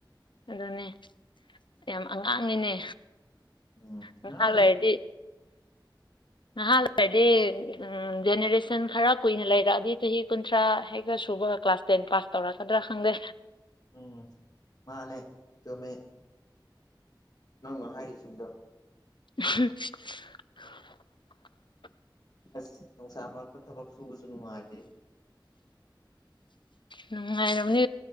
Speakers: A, on the left (about 75°); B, on the left (about 50°).
A: ꯑꯗꯨꯅꯦ ꯌꯥꯝ ꯑꯉꯥꯡꯅꯤꯅꯦ
B: ꯎꯝ
A: ꯉꯒ
B: ꯑꯉꯥꯡ ꯑꯣꯏꯔꯤ
A: ꯍꯥꯏꯗꯤ ꯅꯍꯥꯋꯥꯔꯗꯤ ꯎ ꯖꯦꯅꯦꯔꯦꯁꯟ ꯈꯔ ꯀꯨꯏꯅ ꯂꯩꯔꯛꯑꯗꯤ ꯆꯍꯤ ꯀꯨꯟꯊ꯭ꯔꯥ ꯍꯦꯛꯇ ꯁꯨ ꯑꯗꯨꯒ ꯀ꯭ꯂꯥꯁ ꯇꯦꯟ ꯄꯥꯁ ꯇꯧꯔꯛꯀꯗ꯭ꯔꯥ ꯈꯪꯗꯦ
B: ꯎꯝ ꯃꯥꯅꯦ ꯆꯃꯦ ꯅꯪꯉ ꯍꯥꯏꯔꯤꯁꯤꯡꯗꯣ
A: <inaudible>
B: ꯑꯁ ꯅꯨꯡꯁꯥ ꯃꯔꯛꯇ ꯊꯕꯛ ꯁꯨꯕꯁꯨ ꯅꯨꯡꯉꯥꯏꯇꯦ
A: ꯅꯨꯡꯉꯥꯏꯅꯤ